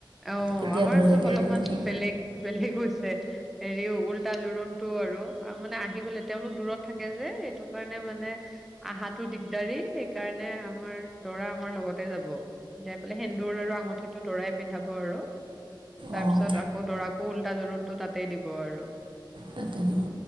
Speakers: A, in the centre; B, on the right.
A: অ
B: কেতিয়া
A: ', আমাৰ
B: ধৰে
A: চব
B: এতিয়া
A: অলপমান
B: হৈ গ'লে
A: বেলেগ- বেলেগ হৈছে, হেৰিও উল্টা জোৰোণটো আৰু মানে আহিবলৈ তেওঁলোক দূৰত থাকে যে, এইটো কাৰণে মানে আহাটো দিগদাৰি সেইকাৰণে আমাৰ দৰা আমাৰ লগতে যাব যাই পেলাই সেন্দুৰ আৰু আঙুঠি, টো দৰাই পিন্ধাব আৰু। তাৰপিছত
B: অঁ
A: আকৌ দৰাক, উল্টা জোৰোণটো তাতেই দিব আৰু। <unintelligible>
B: তাতে দিব